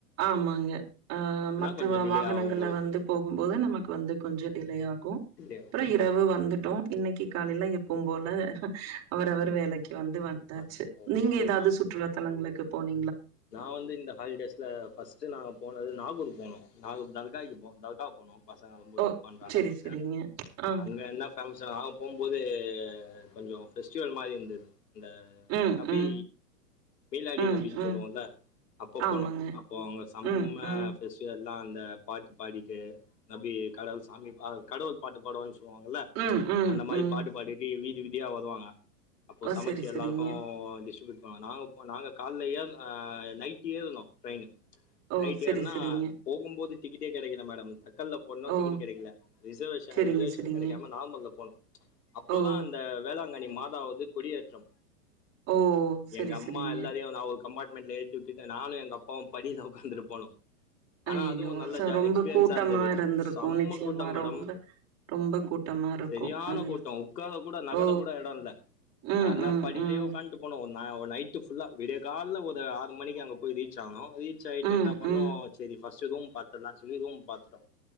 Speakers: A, on the right; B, on the left.
A: ஆமாங்க ஆ மத்த
B: கொஞ்சோ டிலே
A: வாகனங்கள்ல
B: ஆகு உங்களுக்கு
A: வந்து போகும்போது நமக்கு வந்து கொஞ்சோ டிலே ஆகும்
B: டிலே ஆகு
A: ப்புறம் இரவு வந்து டோ இன்னைக்கு காலையில எப்போவும் போல அவர் அவர்
B: ம்
A: வேலைக்கு வந்து வந்தாச்சு
B: ஓகே
A: நீங்க ஏதாவது
B: ஆ
A: சுற்றுலா தலங்களுக்கு போனிங்
B: நா வந்து இந்த ஹாலிடேஸ்ல ஃபஸ்ட்டு நாங்க போனது நாகூர் போனோம் நாகூர் தற்கா இருக்கும் தற்கா போனோ பசங்க ரொம்ப
A: ஓ!
B: இது பண்றாங்கன்ட்டு
A: சரி, சரிங்க. ஆ.
B: அங்கே என்ன ஃபேமஸ்னா போம்போது கொஞ்சம் ஃபெஸ்டிவல் மாரி இருந்தது இந்த
A: ம்,
B: நபி
A: ம்,
B: மிலாடி
A: ம்,
B: நபி
A: ம்.
B: சொல்லுவோல்ல அப்ப
A: ஆமாங்க.
B: போனும் அப்போ அவுங்க சம்ம
A: ம், ம்,
B: ஃபெஸ்டிவல் எல்லா அந்த பாட்டு பாடிட்டே நம்பி கடவுள் சாமி பா கடவுள் பாட்டு பாடுவா சொல்லி போவாங்கல
A: ம், ம்,
B: அந்த மாரி
A: ம்.
B: பாட்டு பாடிட்டே வீட் ச்திரிவித்யா வருவாங்க அப்ப
A: ஓ!
B: சமைச்சு
A: சரி, சரிங்க.
B: எல்லாருக்கும் டிஸ்ட்ரிபியூட் அப்ப நாங்கப்போ நாங்க கால்ல ஏர்ன ஆ நைட்டு ஏரனும் ட்ரெயின்
A: ஓ!
B: நைட்டு
A: சரி,
B: ஏர்னா
A: சரிங்க.
B: போகும்போது டிக்கேட்டே கடைக்கல‌ மேடம் த க்கல்‌ போடனு
A: ஓ!
B: டிக்கெட்டு ‌கெடைக்கல ரிசர்வேஷன்
A: சரிங்க,
B: ரிசர்வேஷன்
A: சரிங்க.
B: கெடைக்காம நார்மல்ல‌ போனோ அப்ப
A: ஓ!
B: தா அந்த வேளாங்கண்ணி மா வது கொடியேற்றம்
A: ஓ செரி
B: எங்க அம்மா
A: செரிங்க
B: எல்லாரையும் நான் ஒரு கம்பார்ட்மெண்ட்ல ஏத்தி விட்டுட்டு நானு எங்க அப்பாவு படில ஒக்காந்துரு போனோ ஆனா
A: ஐயயோ
B: அதுவு நல்ல
A: ச
B: ஜா
A: ரொம்ப
B: எக்ஸ்பிரியன்ஸ்ஸா
A: கூட்டமா
B: இருந்தது
A: இருந்திருக்கு
B: சம்ம
A: நிச்சயமா
B: கூட்டம் மேடம்
A: ரொம்ப ரொம்ப கூட்டமா இருக்கு
B: செரியான
A: அது
B: கூட்டோ உக்கார கூட நகர
A: ஓ
B: கூட எடோ இல்ல
A: ம்
B: ஆனா
A: ம்
B: படியிலே
A: ம்
B: உக்கான்ட்டு போனோ ஆ ஒரு நைட்டு ஃபுல்லா விடிய கால்ல ஒரு ஆறு மணிக்கு அங்க போய் ரீச் ஆணோ ரீச் ஆயிட்டு
A: ம்
B: என்ன பண்ணோ
A: ம்
B: செரி ஃபர்ஸ்டு ரூம் பாத்துட்லானு சொல்லி ரூம் பாத்துட்டோ